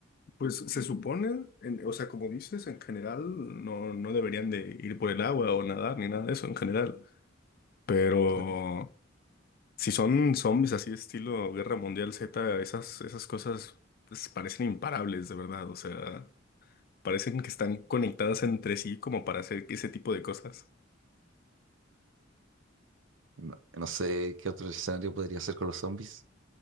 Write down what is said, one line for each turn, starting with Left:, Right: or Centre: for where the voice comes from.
Left: Pues se supone, en- o sea, como dices, en general no, no deberían de ir por el agua o nadar ni nada de eso en general. Pero
Right: Claro.
Left: si son zombies así de estilo Guerra Mundial Z, esas, esas cosas pues, parecen imparables, de verdad. O sea, parecen que están conectadas entre sí como para hacer ese tipo de cosas.
Right: No, no sé qué otro escenario podría ser con los zombies.